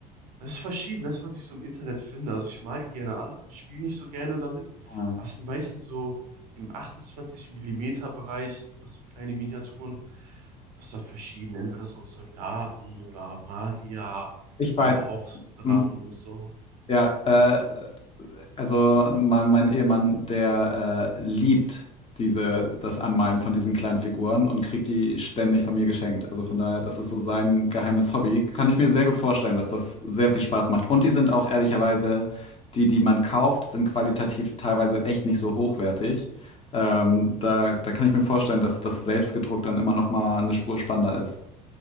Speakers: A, on the right; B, on the left.
A: Das ist verschieden, das, was ich so im Internet finde. Also ich mal die gerne an, spiele nicht so gerne damit,
B: Ah.
A: aber es sind meistens so im 28 Millimeter Bereich sind das so kleine Miniaturen. Das ist dann verschieden, entweder so Soldaten oder Magier,
B: Ich
A: dann
B: weiß.
A: aber auch so Drachen
B: Hm,
A: und so.
B: Ja, äh, also mein, mein Ehemann, der äh, liebt diese, das Anmalen von diesen kleinen Figuren und kriegt die ständig von mir geschenkt. Also von daher, das ist so sein geheimes Hobby. Kann ich mir sehr gut vorstellen, dass das sehr viel Spaß macht. Und die sind auch ehrlicherweise, die, die man kauft, sind qualitativ teilweise echt nicht so hochwertig. Ähm, da, da kann ich mir vorstellen, dass das selbstgedruckt dann immer noch mal eine Spur spannender ist.